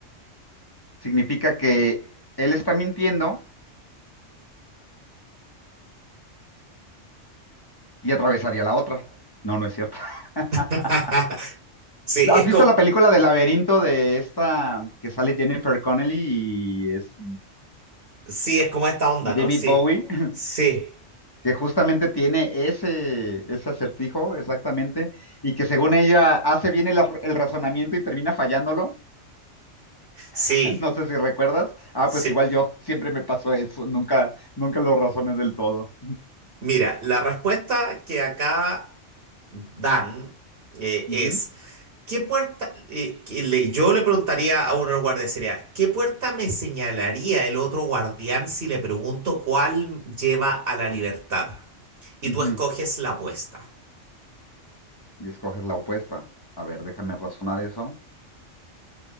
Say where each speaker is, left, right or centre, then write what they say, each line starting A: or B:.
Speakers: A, on the left (about 25°); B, on the right (about 50°).
A: significa que él está mintiendo y atravesaría la otra. No, no es cierto. <laughs>
B: <laughs> Sí,
A: ¿Has
B: es
A: visto
B: como,
A: la película del laberinto de esta que sale Jennifer Connelly y, es,
B: sí, es como esta onda,
A: y David
B: ¿no? Sí,
A: Bowie? <laughs>
B: sí,
A: Que justamente tiene ese, ese acertijo, exactamente, y que según ella hace bien el, el razonamiento y termina fallándolo
B: sí,
A: <laughs> No sé si recuerdas. Ah,
B: sí.
A: pues igual yo, siempre me pasó eso, nunca, nunca lo razoné del todo.
B: Mira, la respuesta que acá dan eh,
A: Ujú,
B: es, ¿qué puerta? eh, que le- yo le preguntaría a uno de los guardias, sería, ¿qué puerta me señalaría el otro guardián si le pregunto cuál lleva a la libertad? Y
A: ujú.
B: tú escoges la apuesta.
A: Y escoges la opuesta. A ver, déjame razonar eso.